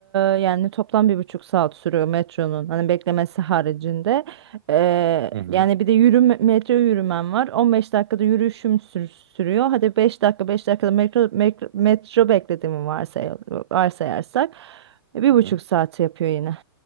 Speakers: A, on the right; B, on the right.
A: Ee, yani toplam bir buçuk saat sürüyor metronun. Hani beklemesi haricinde. Ee,
B: Hı hı,
A: yani bir de yürüme, metro yürümem var. on beş dakikada yürüyüşüm sür- sürüyor. Hadi 5 dakika 5 dakikada metro, metro, metro beklediğimi varsay varsayarsak. e, Bir
B: hı
A: buçuk
B: hı.
A: saat yapıyor yine.